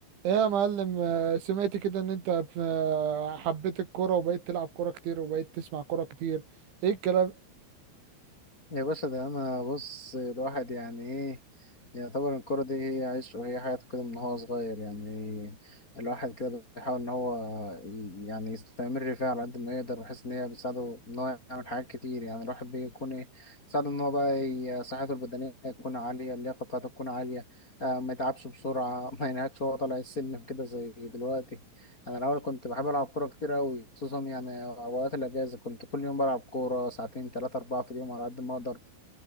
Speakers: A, on the right; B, on the left.
A: ايه يا معلم آه، سمعت كده ان انت في- آه، حبيت الكوره وبقيت تلعب كوره كتير وبقيت تسمع كوره كتير ايه الكلام
B: يا باشا ده انا بص الواحد يعني ايه يعتبر الكرة دي هي عيشه وهي حياته كده من هو صغير يعني الواحد كده بيحاول ان هو ي- يعني يستمر فيها على قد ما يقدر بحيث ان هي بتساعده ان هو يعمل حاجات كتير يعني الواحد بيكون ايه ساعده ان هو بقى ي- صحته البدنية تكون عالية اللياقة بتاعته تكون عالية آه ما يتعبش بسرعة <laughs> ما ينهكش وهو طالع السلم كده زي دلوقتي انا الاول كنت بحب العب كورة كتير قوي خصوصا يعني اوقات الاجازة كنت كل يوم بلعب كورة ساعتين ثلاثة اربعة في اليوم على قد ما اقدر